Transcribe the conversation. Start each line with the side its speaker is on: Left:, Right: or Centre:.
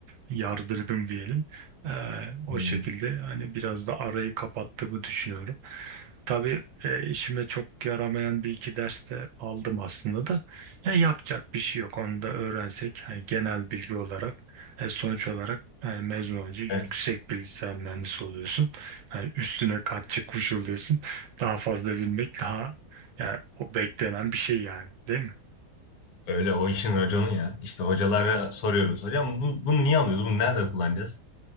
Right: yardırdım diyelim. E, o
Left: Hmm.
Right: şekilde hani biraz da arayı kapattığımı düşünüyorum. Tabii e, işime çok yaramayan bir iki ders de aldım aslında da. E, yapacak bir şey yok. Onu da öğrensek hani genel bilgi olarak e, sonuç olarak yani mezun olunca yüksek
Left: Evet,
Right: bilgisayar mühendisi oluyorsun. Yani üstüne kat çıkmış oluyorsun. Daha fazla bilmek daha yani o beklenen bir şey yani değil mi?
Left: öyle o işin raconu ya. İşte hocalara soruyoruz. Hocam bu, bunu niye alıyoruz? Bunu nerede kullanacağız?